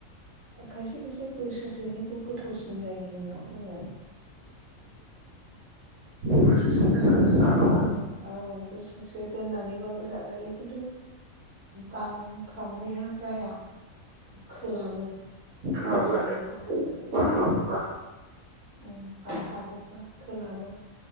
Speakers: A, on the right; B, on the right.
A: खायसे खायसे बोसोरसेनिखौ गोथावसिन जायो होनना बुङो।
B: बोसोरसे दोननानै जाबा
A: औ बोसोरसे दोननानैबाबो जाजायो खिन्थु। दांफ्रामनाया जाया। खोलाबो
B: सोलाबो
A: बार हाबोबा
B: आरो बार
A: उम।
B: हाबोब्ला
A: उम बार हाबोब्ला खोलाबो